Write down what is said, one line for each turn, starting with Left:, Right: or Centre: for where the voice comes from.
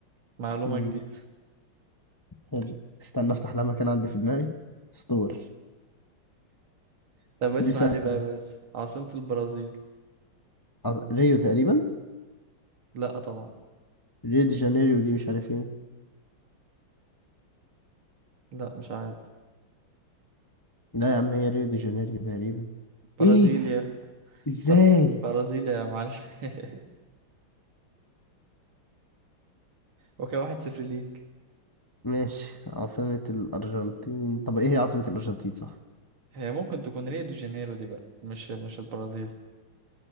Right: معلومه
Left: امم
Right: جديده
Left: حلو استنى افتح لها مكان عندي في دماغي اسطور
Right: طب اسمع
Left: دي سهلة
Right: دي بقى
Left: أوي.
Right: يا باشا عاصمه البرازيل
Left: عز... ريو تقريبا
Right: لا طبعا
Left: ريو دي جانيريو دي مش عارف ايه
Right: لا مش عارف
Left: لا يا عم هي ريو دي جانيريو تقريبا
Right: برازيليا
Left: ايه ازاي
Right: بر- برازيل يا معلم <laughs> وكان واحد صفر ليك
Left: ماشي عاصمة الأرجنتين طب إيه هي عاصمة الأرجنتين صح؟
Right: هي ممكن تكون ريو دي جانيرو دي بقى مش مش البرازيل